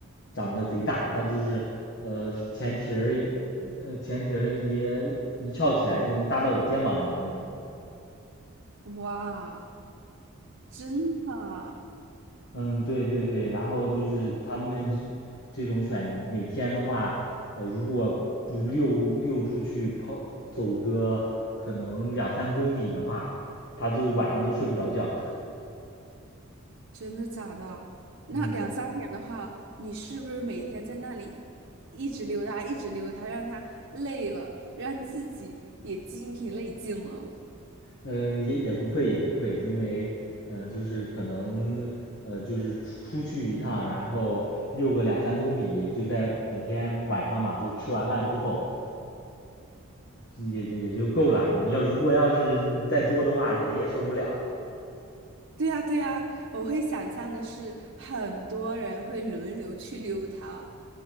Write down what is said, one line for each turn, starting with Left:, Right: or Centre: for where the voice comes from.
Left: 长得贼大，它就是呃前蹄儿一呃前蹄儿一一翘起来就能搭到我肩膀上那种。
Right: 哇，真的
Left: 嗯，对对对，然后就是他们这这种犬，你每天的话，呃，如果不遛遛出去跑走个可能两三公里的话，它就晚上都睡不着觉。
Right: 真的假的？
Left: <laughs>
Right: 那两三点的话，
Left: 嗯，
Right: 你是不是每天在那里一直溜达，一直溜达，让他累了，让自己也精疲力尽了？
Left: 呃，也也不会也不会，因为嗯、呃就是可能呃，就是出出去一趟，然后遛个两三公里，就在每天晚上嘛，就是吃完饭之后，也就也就够了。你要如果要是再多的话，人也受不了。
Right: 对呀，对呀，我会想象的是，很多人会轮流去溜它。